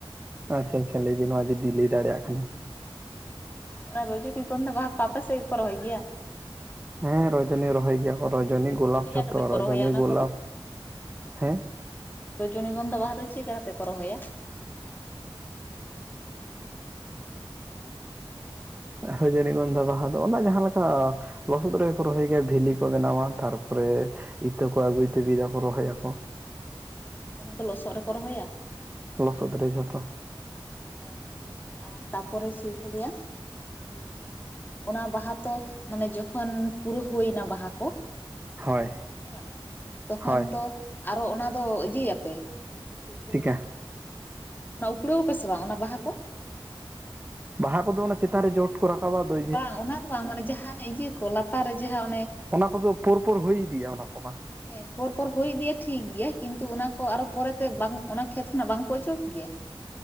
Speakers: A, on the right; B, on the left.
A: ᱟᱪᱪᱷᱟ ᱟᱪᱪᱷᱟ ᱞᱟ. ᱭ ᱵᱤᱱ ᱱᱚᱣᱟ ᱡᱩᱫᱤ ᱞᱟᱹᱭᱫᱟᱲᱮᱭᱟᱜ ᱠᱷᱟᱱᱮ᱾
B: ᱚᱱᱟ ᱨᱚᱡᱚᱱᱤ ᱜᱟᱱᱫᱷᱟ ᱵᱟᱦᱟ ᱠᱚ ᱟᱯᱮ ᱥᱮᱫ ᱜᱮᱠᱚ ᱨᱚᱦᱚᱭ ᱜᱮᱭᱟ?
A: ᱦᱮᱸ ᱨᱚᱡᱚᱱᱤ ᱨᱚᱦᱚᱭ ᱜᱮᱭᱟ ᱨᱚᱡᱚᱱᱤ ᱜᱳᱞᱟᱯ
B: ᱪᱮᱫᱠᱟ
A: ᱡᱷᱚᱛᱚ
B: ᱠᱟᱛᱮ ᱠᱚ
A: ᱨᱚᱡᱚᱱᱤ
B: ᱨᱚᱦᱚᱭᱟ ᱚᱱᱟ
A: ᱜᱳᱞᱟᱯ
B: ᱠᱚᱫᱚ
A: ᱦᱮᱸ
B: ᱨᱚᱡᱚᱱᱤ ᱜᱚᱱᱫᱷᱟ ᱵᱟᱦᱟ ᱫᱚ ᱪᱮᱫ ᱞᱮᱠᱟ ᱠᱟᱛᱮ ᱠᱚ ᱨᱚᱦᱚᱭᱟ?
A: ᱨᱚᱡᱚᱱᱤᱜᱚᱱᱫᱷᱟ ᱵᱟᱦᱟ ᱫᱚ ᱚᱱᱟ ᱡᱟᱦᱟᱸ ᱞᱮᱠᱟ ᱞᱚᱥᱚᱫ ᱨᱮ ᱠᱚ ᱨᱚᱦᱚᱭ ᱜᱮᱭᱟ ᱵᱷᱮᱞᱤ ᱠᱚ ᱵᱮᱱᱟᱣᱟ ᱛᱟᱨᱯᱚᱨᱮ ᱤᱛᱟᱹ ᱠᱚ ᱟᱹᱜᱩᱭ ᱛᱮ ᱵᱤᱫᱟ ᱠᱚ ᱨᱚᱦᱚᱭᱟᱠᱚ᱾
B: ᱚᱱᱟ ᱫᱚ ᱞᱚᱥᱚᱫ ᱨᱮᱠᱚ ᱨᱚᱦᱚᱭᱟ?
A: ᱞᱚᱥᱚᱫ ᱨᱮ ᱡᱷᱚᱛᱚ᱾
B: ᱚ ᱟᱨ ᱛᱟᱯᱚᱨᱮ ᱪᱮᱫ ᱠᱳ ᱞᱟ. ᱭᱟ ᱟᱸ ᱟᱸ ᱚᱱᱟ ᱵᱟᱦᱟ ᱛᱚ ᱢᱟᱱᱮ ᱡᱚᱠᱷᱚᱱ ᱯᱩᱨᱟᱹ ᱦᱩᱭᱱᱟ ᱵᱟᱦᱟ ᱠᱚ
A: ᱦᱳᱭ
B: ᱦᱮᱸ ᱵᱟᱝ ᱛᱚᱠᱷᱚᱱ
A: ᱦᱳᱭ
B: ᱛᱚ ᱟᱨᱚ ᱚᱱᱟ ᱫᱚ ᱤᱭᱟᱹᱭᱟᱯᱮ ᱪᱮᱫ ᱠᱚ
A: ᱪᱤᱠᱟ
B: ᱞᱟᱹᱭᱟ ᱚᱱᱟ ᱩᱯᱲᱟᱹᱣᱟᱯᱮ ᱥᱮ ᱵᱟᱝ ᱚᱱᱟ ᱵᱟᱦᱟ ᱠᱚ?
A: ᱵᱟᱦᱟ ᱠᱚᱫᱚ ᱚᱱᱟ ᱪᱮᱛᱟᱱ ᱨᱮ ᱡᱚᱴ ᱠᱚ ᱨᱟᱠᱟᱵᱟ ᱵᱟᱹᱭ
B: ᱵᱟᱝ ᱚᱱᱟ ᱫᱚ ᱵᱟᱝ ᱢᱟᱱᱮ ᱡᱟᱦᱟᱱ ᱤᱭᱟᱹ ᱠᱚ ᱞᱟᱛᱟᱨ ᱨᱮ ᱡᱟᱦᱟᱸ ᱚᱱᱮ
A: ᱚᱱᱟ ᱠᱚᱫᱚ ᱯᱚᱨ ᱯᱚᱨ ᱦᱩᱭ ᱤᱫᱤᱜᱼᱟ ᱚᱱᱟ ᱠᱚᱢᱟ᱾
B: ᱦᱮᱸ ᱯᱚᱨ ᱯᱚᱨ ᱦᱩᱭᱤᱫᱤᱭᱟ ᱴᱷᱤᱠ ᱜᱮᱭᱟ ᱠᱤᱱᱛᱩ ᱚᱱᱟ ᱠᱚ ᱟᱨᱚ ᱯᱚᱨᱮᱛᱮ ᱵᱟᱝ ᱚᱱᱟ ᱠᱷᱮᱛ ᱠᱷᱚᱱᱟᱜ ᱵᱟᱝᱠᱚ ᱚᱪᱚᱜ ᱜᱮᱭᱟ?